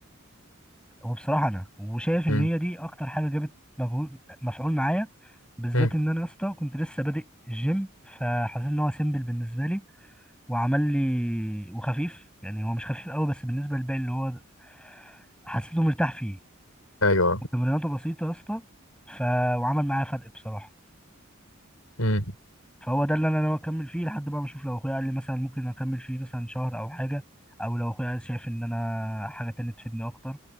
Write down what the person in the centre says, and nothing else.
هو بصراحة أنا وشايف إن
هي دي أكتر حاجة جابت مجهود مفعول معايا بالذات
إن أنا يا اسطى كنت لسه بادئ الجيم فحسيت إن هو سيمبل بالنسبة لي وعمل لي وخفيف يعني هو مش خفيف قوي بس بالنسبة للباقي اللي هو حسيته مرتاح فيه
وتمريناته بسيطة يا اسطى ف... وعمل معايا فرق بصراحة
فهو ده اللي أنا ناوي أكمل فيه لحد بقى ما أشوف لو أخويا قال لي مثلا ممكن أكمل فيه مثلا شهر أو حاجة أو لو أخويا شايف إن أنا حاجة تانية تفيدني أكتر